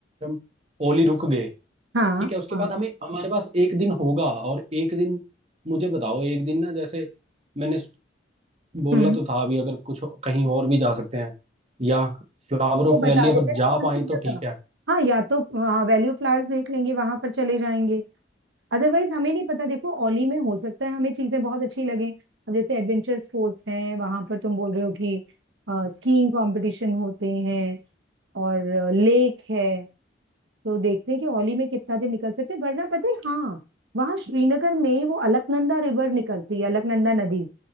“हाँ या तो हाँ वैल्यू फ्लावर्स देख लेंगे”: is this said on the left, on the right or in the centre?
Right